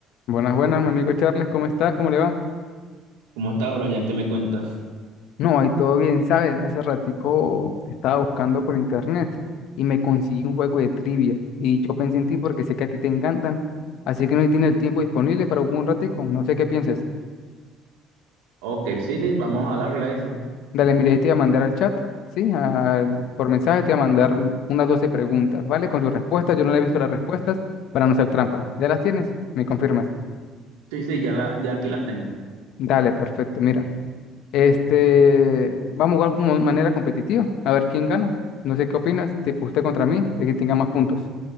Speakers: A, on the left; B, on the right.
A: Buenas, buenas, mi amigo Charles, ¿cómo estás? ¿Cómo le va?
B: ¿Cómo estás, Brian? ¿Qué me cuentas?
A: No, ahí todo bien, ¿sabes? Hace ratico estaba buscando por internet y me conseguí un juego de trivia y yo pensé en ti porque sé que a ti te encantan, así que no tiene el tiempo disponible para jugar un ratico, no sé qué piensas.
B: Ok, sí, sí, vamos a darle a eso.
A: Dale, mira, ahí te voy a mandar al chat, ¿sí? Al- por mensaje te voy a mandar unas 12 preguntas, ¿vale? Con sus respuestas, yo no le he visto las respuestas para no hacer trampa. ¿Ya las tienes? ¿Me confirmas?
B: Sí, sí, ya, la, ya aquí las tengo.
A: Dale, perfecto, mira. Este, vamos a jugar como de manera competitiva, a ver quién gana. No sé qué opinas, tipo usted contra mí, el que tenga más puntos.